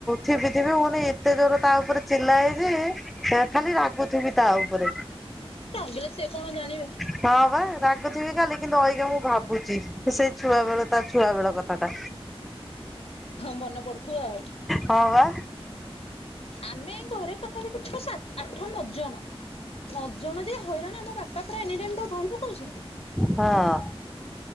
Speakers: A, in the centre; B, on the left.
A: ଥିବି ଥିବି ହୁଉନି ଏତେ ଜୋର ତା ଉପରେ ଚିଲ୍ଳାଏ ଯେ ସେ ଖାଲି ରାଗୁଥିବି ତା ଉପରେ।
B: ରାଗିଲେ ସେ କଣ ଜାଣିବେ।
A: ହଁ ବା ରାଗୁଥିବି ଖାଲି କିନ୍ତୁ ଅଇଁଛା ମୁଁ ଭାବୁଚି ସେଇ ଛୁଆ ବେଳ ତା ଛୁଆ ବେଳ କଥା। ତା
B: ମନେ ପଡୁଥିବ ଆଉ।
A: ହଁ ବା।
B: ଆମେ ଘରେ ପାଖାପାଖି ଛ, ସାତ୍, ଆଠ, ନ ଜଣ ନ ଜଣ ଯେ ହଇରାଣ ଆମ ବା ତାପରେ ଏନି ଟାଇମ୍ ତାଉ ଧରି ପକଉଛନ୍ତି।
A: ହଁ